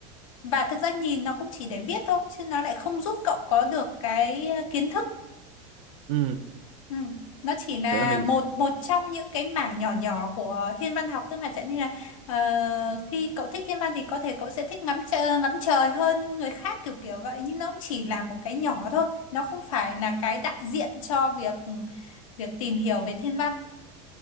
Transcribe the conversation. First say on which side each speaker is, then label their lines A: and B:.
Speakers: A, on the left; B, on the right.
A: và thực ra nhìn nó cũng chỉ để biết thôi chứ nó lại không giúp cậu có được cái ờ, kiến thức
B: ừ
A: Ừ. Nó chỉ là
B: thế là mình
A: một một trong những cái mảng nhỏ nhỏ của thiên văn học tức là chẳng như là ờ, khi cậu thích thiên văn thì có thể cậu sẽ thích ngắm trời ngắm trời hơn người khác kiểu kiểu vậy nhưng nó cũng chỉ là một cái nhỏ thôi nó không phải là cái đại diện cho việc ừ, việc tìm hiểu về thiên văn